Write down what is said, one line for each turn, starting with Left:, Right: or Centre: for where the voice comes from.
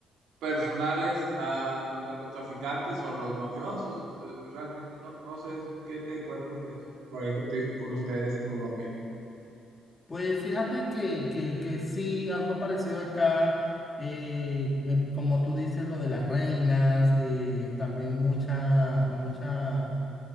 Right: personales a los narcotraficantes o a los mafiosos, eh, realmente, no, no sé qué te acuerdas de eso por ahí contigo- con ustedes en Colombia.
Left: Pues fíjate que, que, que sí, algo parecido acá, eh, em, como tú dices, lo de las reinas, eh, también muchas muchas